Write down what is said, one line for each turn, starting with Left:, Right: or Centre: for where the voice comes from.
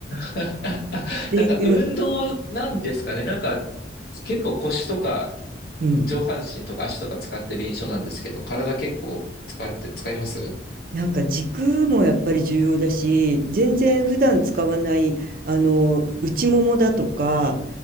Left: <laughs>
Right: で、
Left: なんか、
Right: うん、
Left: 運動なんですかね。なんか、結構腰とか、
Right: うん
Left: 上半身とか足とか使ってる印象なんですけど、体結構使って、使います
Right: なんか軸もやっぱり重要だし、全然普段使わない、あの、内ももだとか、